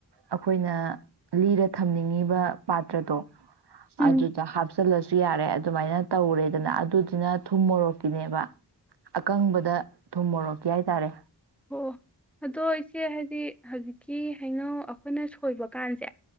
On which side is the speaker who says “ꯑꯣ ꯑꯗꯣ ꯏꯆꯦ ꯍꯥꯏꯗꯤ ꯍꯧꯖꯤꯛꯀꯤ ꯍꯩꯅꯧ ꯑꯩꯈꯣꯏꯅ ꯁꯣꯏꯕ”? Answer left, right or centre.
Centre